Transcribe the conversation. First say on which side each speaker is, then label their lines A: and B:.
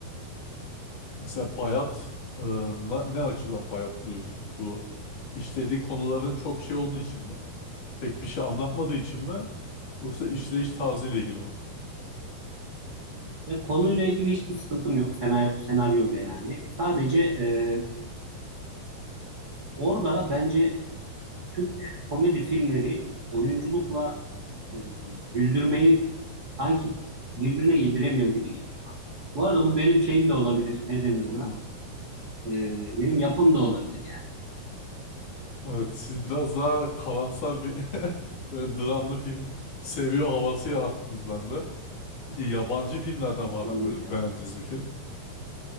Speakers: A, on the left (about 55°); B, on the right (about 55°).
A: Mesela bayat, e, na- ne açıdan bayat buluyorsunuz? Bu işlediği konuların çok şey olduğu için mi? Pek bir şey anlatmadığı için mi? Yoksa işleyiş tarzıyla ilgili mi?
B: Ve konuyla ilgili hiçbir sıkıntım yok senaryo, senaryoyla yani. Sadece e, orada bence Türk komedi filmleri oyunculukla e, güldürmeyi sanki birbirine yediremiyor gibi geliyor bana. Bu arada bu benim şeyim de olabilir. Ne denir ona?
A: Hmm.
B: E, benim yapım da olabilir yani.
A: Evet, siz biraz daha kalamsar bir <laughs> böyle dramlı film seviyor havası yarattınız bende. Peki yabancı filmlerden var
B: Olabilir
A: mı böyle
B: ya.
A: beğendiğiniz bir film?